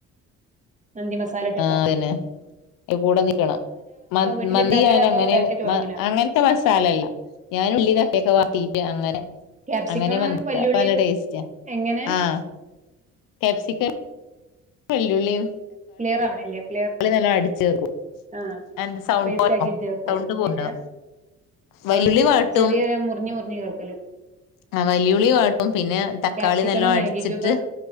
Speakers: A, on the right; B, on the left.
A: മന്തി മസാല ഇട്ടട്ടോ
B: ആ അതന്നെ കൂടെ നിക്കണം മന്ത്
A: വീട്ടില്ണ്ടാക്കലോ
B: മന്തി ഞാനങ്ങനെ
A: അതോ പാക്കറ്റ്
B: മ
A: വാങ്ങലോ
B: അങ്ങനത്തെ മസാലല്ല ഞാൻ ഉള്ളിതക്കാളിക്കെ വാട്ടി ക്ക്അങ്ങനെ
A: ക്യാപ്സിക്കണും
B: അങ്ങനെ മക്ക
A: വല്യുള്ളിയും
B: അപ്പൊ നല്ല ടേസ്റ്റ്
A: എങ്ങനെ
B: ആഹ് കാപ്സിക്കം വെല്ലുള്ളീം
A: ക്ലിയറാവ്ണില്ലേ
B: ക്കാളി നല്ല അടിച്ചേർക്കും
A: ആഹ്
B: എന്ത് സൗണ്ട്
A: പേസ്റ്റാക്കി
B: പോയോ
A: ചേർക്കും
B: സൗണ്ട് പോവ്ണ്ടോ
A: പിന്ന
B: വല്ലുള്ളി
A: അവര് ചെ
B: വാട്ടും
A: ചെറിയ മുറിഞ്ഞ് മുറിഞ്ഞ് കേൾക്കല്
B: ആഹ് വല്ലുള്ളി വാട്ടും പിന്നെ തക്കാളി
A: ക്യാപ്സിക്കണ്
B: നല്ലോ
A: മാഗി
B: അടിച്ചിട്ട്
A: ക്യൂബ്